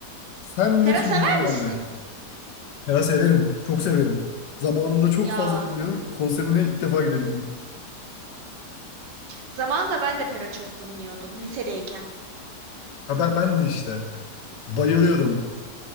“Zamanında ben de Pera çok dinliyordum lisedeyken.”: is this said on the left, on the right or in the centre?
Right